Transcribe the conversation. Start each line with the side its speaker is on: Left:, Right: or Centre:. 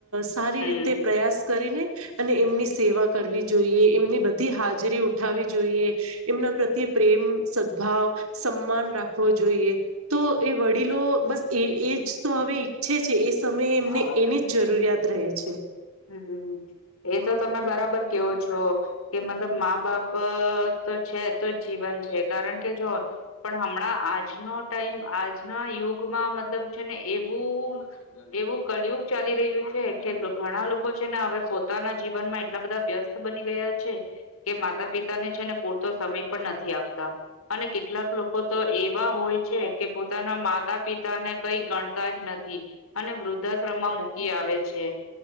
Right: સારી રીતે
Left: હમ.
Right: પ્રયાસ કરીને અને એમની સેવા કરવી જોઈએ એમની બધી હાજરી ઉઠાવી જોઈએ એમના પ્રત્યે પ્રેમ ભાવ સમાન રાખવો જોઈએ. તો એ વડીલો બસ એ એજ તો હવે ઈચ્છે છે એ સમયે એમને
Left: હા
Right: એની
Left: હેપી
Right: જ
Left: બર્થ
Right: જરૂરિયાત રહે છે.
Left: હુમ એ તો તમે બરાબર. કેવું છો કે મતલબ મા બાપ તો છે તો જ જીવન છે કારણ કે જો પણ હમણાં આજનો ટાઈમ આજના યુગમાં મતલબ છે ને એવું એવું કળિયુગ ચાલી રહ્યું છે કે ઘણા લોકો છે ને હવે પોતાના જીવનમાં એટલા બધા વ્યસ્ત બની ગયા છે કે માતા પિતાને છે ને પૂરતો સમય પણ નથી આપતા. અને કેટલાક લોકો તો એવા હોય છે કે પોતાના માતા પિતા ને કઈ ગણતા જ નથી. <unintelligible> અને વૃદ્ધાશ્રમમાં મૂકી આવે છે